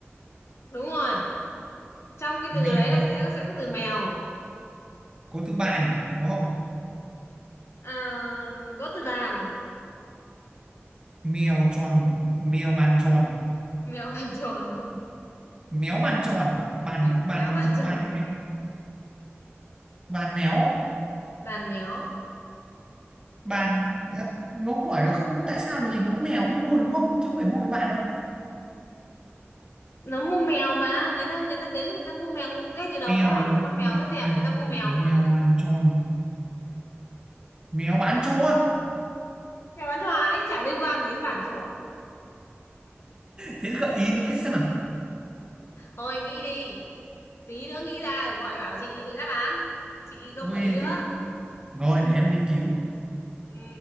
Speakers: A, on the left; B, on the right.
A: đúng rồi trong cái từ
B: mèo
A: đấy là sẽ sẽ có từ mèo
B: có từ bàn có không
A: à, có từ bàn
B: mèo tròn mèo bàn tròn
A: mèo bàn tròn <laughs>
B: méo bàn tròn bàn
A: méo
B: bàn
A: bàn tròn
B: bàn bàn méo
A: <laughs> bàn méo
B: bàn à, nó hỏi là không tại sao nhìn nó có mèo không mua đúng không chứ không phải mua cái bàn đâu
A: nó mua mèo mà người ta người ta đến người ta mua mèo ngay từ đầu
B: mèo
A: đã bảo là con mèo rất đẹp
B: bàn
A: người ta mua mèo
B: mèo
A: mà người ta
B: bàn
A: cũng không
B: tròn mèo
A: phải
B: bán
A: mua bàn
B: trâu à
A: mèo bán choái chả liên quan gì đến bàn tròn
B: thế gợi ý nữa chứ xem nào
A: thôi nghĩ đi tí nữa nghĩ ra gọi bảo chị để đáp án chị không
B: ôi
A: gợi ý nữa
B: rồi để em nghiên cứu
A: ừ.